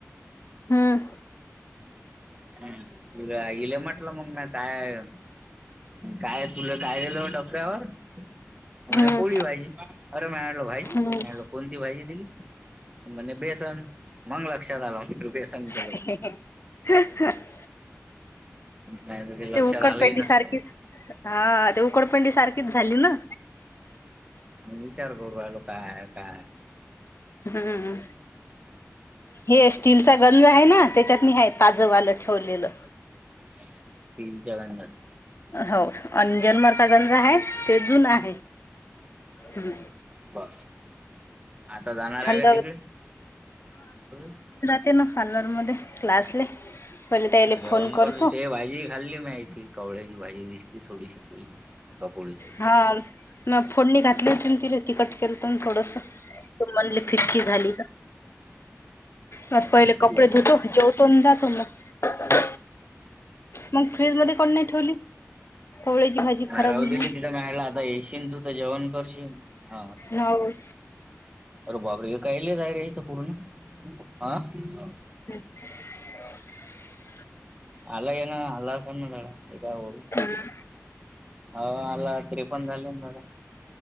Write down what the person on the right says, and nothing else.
हम् इले म्हटलं मग ना काय? काय तुला काय दिलं डॉकऱ्यावर? <unintelligible>
म्हणजे बेसन मंग लक्षात आलं. म्हटलं
बेसन केलं नाही लक्षात
आलंही नसत.
मी विचार करू राहिलो काय आहे काय.
<inaudible>
ब आता जाणार
आहे का तिकडे <unintelligible>
जेवण
करत ते भाजी खाल्ली म्यायची कवळ्याची भाजी दिसली थोडीशी. कपोडीची
हो
तितकी
होती
नाही
राहू
दिली आता येशन तू तर जेवण करशील. हा चालेल
अरे बाबरे हे काहीले तयर आहे तर पूर्ण ह.
<unintelligible>
मग